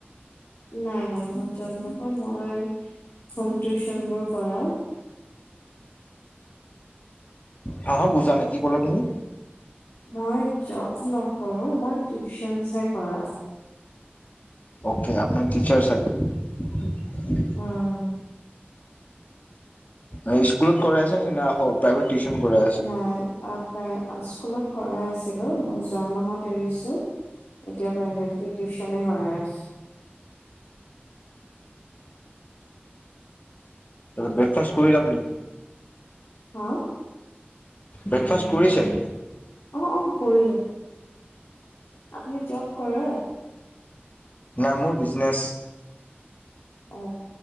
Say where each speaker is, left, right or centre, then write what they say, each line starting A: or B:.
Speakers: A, on the left (about 85°); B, on the left (about 40°).
A: নাই নাই মই জব নক মই হোম টিউচন বোৰ কৰাওঁ।
B: হা হা বুজা নাই কি কলা তুমি?
A: মই জব নকৰো মই টিউচনচে কৰাও।
B: অ'কে আপোনাৰ টিচাৰ চাগে।
A: অ'
B: অ' স্কুলত কৰাই আছে নেকি না হল? প্ৰাইভেট টিউচন কৰা
A: নাই, আক স্কুলত কৰাই আছিলো মই যোৱা মাহত তৰিছো। এতিয়াপা গধূলি টিউশনে কৰাই আছ-
B: ব্ৰেকফাষ্ট কৰিলে আপুনি?
A: হা?
B: ব্ৰেকফাষ্ট কৰিছে?
A: অ' অ' কৰিলো। আপুনি জব কৰে?
B: নাই- মোৰ বিজনেছ।
A: অ্।